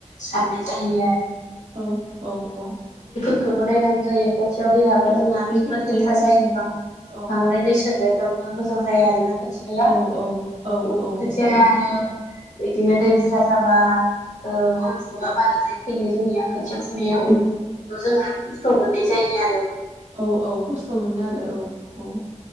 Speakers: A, on the left; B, on the right.
A: सार <unintelligible> आरो
B: औ औ औ
A: खोबो नायनांगौ जायो खाथियाव दै हाबा
B: औ
A: जोंहा
B: औ दैफोरखौ
A: जोबोर लेथ
B: नायनांगौ
A: जायो
B: जायोना
A: बांद्राय
B: औ
A: दै सो बांद्रायबाबो मोजां जायो आरोना खोथियाया
B: औ औ औ
A: उ
B: औ
A: खोथियाया
B: औ
A: आरो बिदिनो दै बुरजा जाबा ओ आद्राय फैयो जोंनिया खोथियाव फुनायाव
B: औ
A: थ जोंहा आरो खस्थ' मोननाय जायो आरो
B: औ औ खस्थ' मोनो आरो औ औ